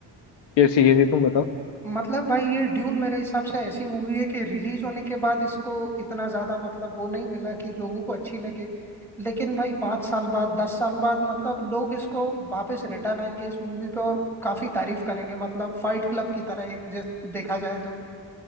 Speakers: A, on the left; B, in the centre.
A: जैसे ये तुम बताओ
B: मतलब भाई ये ड्यून मेरे हिसाब से ऐसी मूवी है कि रिलीज होने के बाद इसको इतना ज्यादा मतलब वो नहीं मिला कि लोगों को अच्छी लगे लेकिन भाई पाँच साल बाद दस साल बाद मतलब लोग इसको वापस रिटर्न आएंगे इस मूवी पे और काफी तारीफ करेंगे मतलब फाइट क्लब की तरह एक जैसे देखा जाए तो।